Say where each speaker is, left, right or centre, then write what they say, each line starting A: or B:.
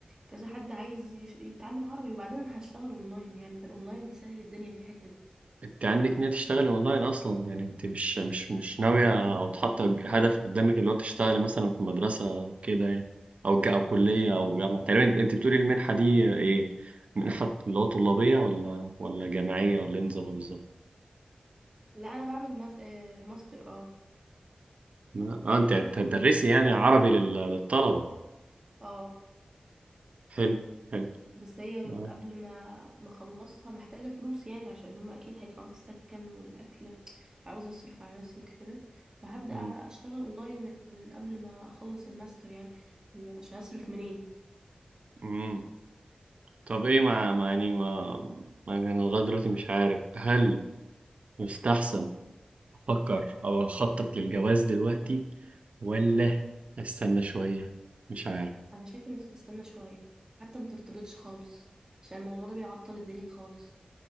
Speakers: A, on the right (about 30°); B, on the right (about 60°).
A: كذا حد عايز يش- يتعلم عربي وبعدين أنا هشتغل أونلاين يعني فالأونلاين بيسهل الدنيا في الحتة دي
B: انت عندك نية تشتغلي اونلاين اصلا يعني انت مش مش مش ناوية او حاطة هدف قدامك اللي هو تشتغلي مثلا في مدرسة أو كده يعني او ج- او كلية او جامعة تقريبا انت أنت بتقولي المنحة دي ايه منحة اللي هو طلابية ولا ولا جامعية ولا ايه نظامها بالظبط
A: لا أنا بعمل ماس... آه، ماستر اه
B: لا، اه انت هتدرسي يعني عربي لل- للطلبة
A: اه
B: حلو حلو
A: بس هي
B: اه
A: قبل ما ما أخلصها محتاجة فلوس يعني عشان هما أكيد هيدفعوا لي السكن والأكل عاوزة أصرف على نفسي وكده فهبدأ
B: مم.
A: أشتغل أونلاين من قبل ما أخلص الماستر يعني عشان أصرف منين
B: مم. طب ايه ما ما يعني ما ما يعني انا لغاية دلوقتي مش عارف هل يستحسن افكر او اخطط للجواز دلوقتي ولا استنى شوية مش عارف
A: انا شايفه ان انت تستنى شويه حتى ما ترتبطش خالص عشان الموضوع ده بيعطل الدنيا خالص